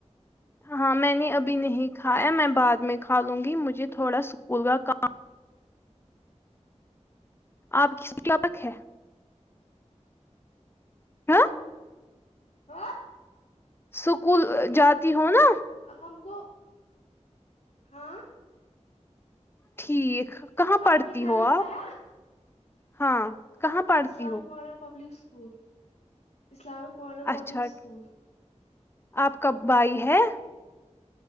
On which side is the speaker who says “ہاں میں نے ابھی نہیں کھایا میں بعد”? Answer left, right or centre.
Left